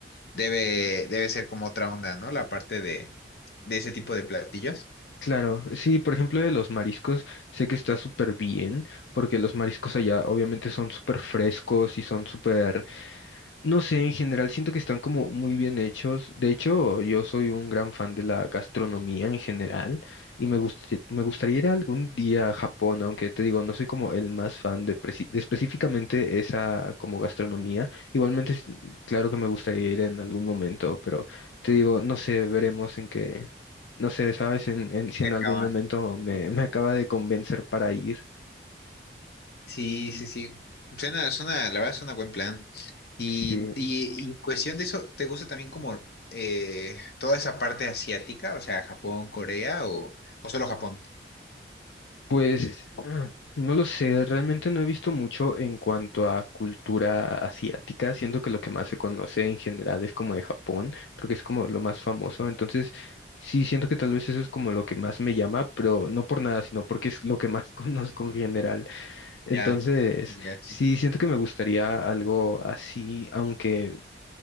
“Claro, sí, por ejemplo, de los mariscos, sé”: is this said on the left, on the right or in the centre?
Left